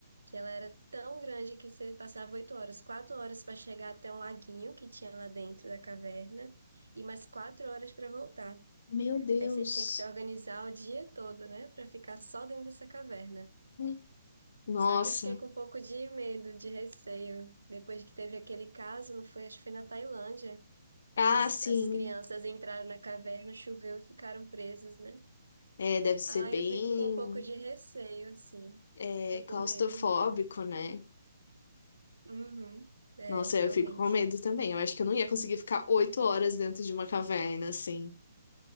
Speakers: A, on the right; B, on the left.
A: que ela era tão grande que você passava oito horas, quatro horas para chegar até um laguinho que tinha lá dentro da caverna e mais quatro horas para voltar.
B: Meu Deus.
A: Aí você tinha que se organizar o dia todo, né, para ficar só dentro dessa caverna.
B: Hum. Nossa.
A: Só que eu fiquei com um pouco de medo, de receio, depois que teve aquele caso, não foi, acho que foi na Tailândia.
B: Ah,
A: E os-
B: sim.
A: as crianças entraram na caverna, choveu e ficaram presas, né?
B: É, deve ser
A: Ah,
B: bem,
A: eu fico com um pouco de receio, assim.
B: é,
A: Tô
B: claustrofóbico,
A: com medo.
B: né?
A: Uhum. É,
B: Nossa,
A: realmente.
B: eu fico com medo também. Eu acho que eu não ia conseguir ficar oito horas dentro de uma caverna, assim.